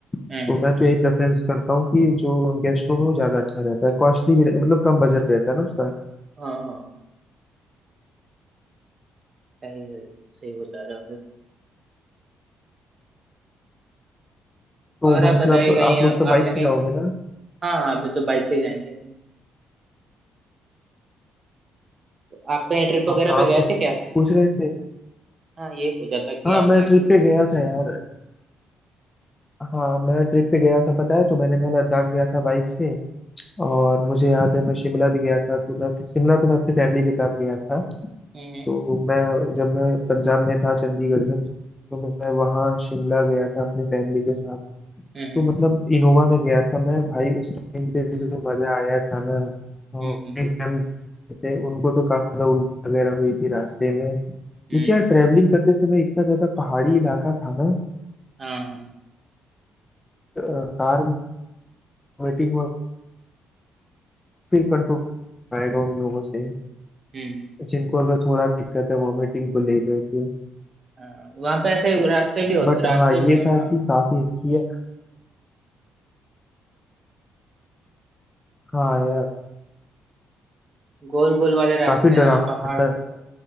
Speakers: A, on the left (about 20°); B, on the right (about 35°).
A: तो
B: हम्म
A: मैं तो यही प्रेफरेंस करता हूँ कि जो गेस्ट रूम है वो ज्यादा अच्छा रहता है कॉस्टली भी रह- मतलब कम बजट रहता है ना उसका
B: हाँ हाँ सही सही सही बता रहे हो फिर
A: तो
B: और आप
A: मतलब
B: बताइए कहीं
A: आप लोग सब बाइक
B: आपने
A: से
B: कहीं
A: जाओगे
B: हाँ हाँ अभी तो बाइक से जाएंगे अपन तो आप कहीं ट्रिप वगैरह
A: हाँ
B: पे गए
A: कुछ
B: थे क्या
A: पूछ रहे थे
B: हाँ ये पूछा था कि
A: हाँ
B: आप
A: मैं
B: कहीं
A: ट्रिप पे गया था यार हाँ मैं ट्रिप पे गया था बताया तो मैंने मैं लद्दाख गया था बाइक से और मुझे याद है मैं शिमला भी गया था तो मैं शिमला तो मैं अपनी फैमिली के साथ गया था
B: ट्रिप
A: तो मैं जब मैं पंजाब में था चंडीगढ़ में तो मैं वहाँ शिमला गया था अपने फैमिली के साथ
B: हम्म
A: तो मतलब इनोवा में गया था मैं भाई उस टाइम पे जो मजा आया था ना और
B: हम्म हम्म
A: एक मैम थे उनको तो काफी ज्यादा उल्टी वगैरह हुई थी रास्ते में क्योंकि
B: हम्म,
A: यार ट्रैवलिंग करते समय इतना ज्यादा पहाड़ी इलाका था ना
B: हाँ
A: अ, कार वॉमिटिंग और फिर कंट्रोल आएगा उन लोगों से
B: हम्म
A: जिनको अगर थोड़ा भी दिक्कत है वॉमिटिंग को लेकर के
B: हाँ वहाँ पे ऐसे रास्ते भी होते
A: बट
B: रास्ते
A: हाँ ये
B: भी है
A: था
B: ना
A: कि काफी किया हाँ यार
B: गोल गोल वाले रास्ते
A: काफी
B: हैं
A: डरावना
B: ना पहाड़
A: सा
B: पर से।